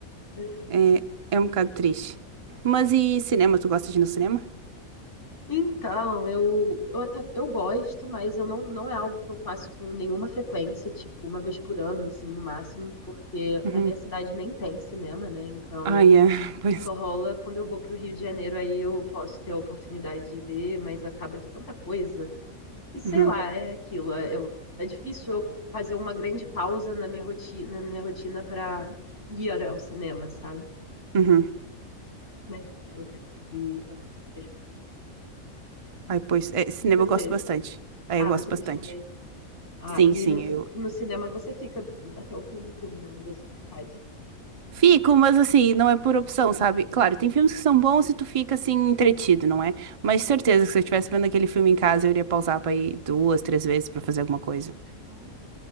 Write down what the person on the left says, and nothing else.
É.
Então, eu, eu até eu gosto, mas eu não, não é algo que eu faço com nenhuma frequência, tipo, uma vez por ano, assim, no máximo, porque
na minha cidade nem tem cinema, né? Então,
Só rola quando eu vou pro Rio de Janeiro, aí eu posso ter a oportunidade de ver, mas acaba que é tanta coisa. E sei
lá, é aquilo. É, eu- é difícil eu fazer uma grande pausa na minha rotina, na minha rotina para ir ao cinema, sabe?
Mas eu quero, eu pretendo ir da próxima vez que eu for.
E você?
Ah,
você
costuma ir. Ah,
e
no,
no cinema você fica até o fim do filme, né? Não vê só metade.
Sim.
Ah,